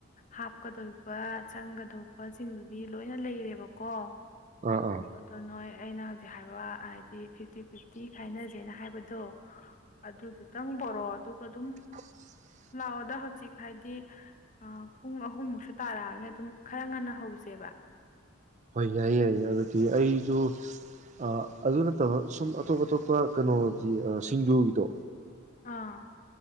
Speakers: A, on the left (about 35°); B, on the right (about 35°).
A: ꯍꯥꯞꯀꯗꯣꯔꯤꯕ ꯆꯪꯒꯗꯧꯕꯁꯤꯡꯗꯨꯗꯤ ꯂꯣꯏꯅ ꯂꯩꯔꯦꯕꯀꯣ
B: ꯑꯥ ꯑꯥ
A: ꯑꯗꯣ ꯅꯣꯏ ꯑꯩꯅ ꯍꯧꯖꯤꯛ ꯍꯥꯏꯕ ꯍꯥꯏꯗꯤ ꯐꯤꯞꯇꯤ ꯐꯤꯞꯇꯤ ꯈꯥꯏꯅꯖꯦꯅ ꯍꯥꯏꯕꯗꯣ ꯑꯗꯨꯗꯨꯇꯪ ꯄꯣꯔꯛꯑꯣ ꯑꯗꯨꯒ ꯗꯨꯝ
B: <inaudible>
A: ꯂꯥꯛꯑꯣꯗ ꯍꯧꯖꯤꯛ ꯍꯥꯏꯗꯤ ꯑ ꯄꯨꯡ ꯑꯍꯨꯝꯃꯨꯛꯁꯨ ꯇꯥꯔꯛꯑꯅꯤ ꯑꯗꯨꯝ ꯈꯔ ꯉꯟꯅ ꯍꯧꯖꯦꯕ
B: ꯍꯣꯏ ꯌꯥꯏꯌꯦ ꯌꯥꯏꯌꯦ ꯑꯗꯨꯗꯤ ꯑꯩꯖꯨ ꯑ ꯑꯗꯨ ꯅꯠꯇꯕ ꯁꯨꯝ ꯑꯇꯣꯞ ꯑꯇꯣꯞꯄ ꯀꯩꯅꯣꯒꯤ ꯁꯤꯡꯖꯨꯒꯤꯗꯣ
A: ꯑꯥ